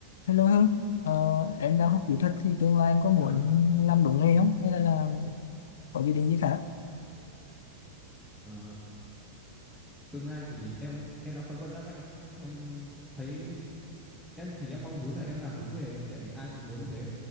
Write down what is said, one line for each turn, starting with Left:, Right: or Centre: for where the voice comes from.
Left: Hello Hương, ờ, em đang học kỹ thuật thì tương lai em có muốn
Centre: Rồi,
Left: làm đúng nghề không? Hay là, là có dự định gì khác?
Centre: ờ, tương lai thì em em đang phân vân lắm anh ạ. Em thấy em thì em mong muốn là em làm đúng nghề ấy, tại vì ai cũng muốn như thế.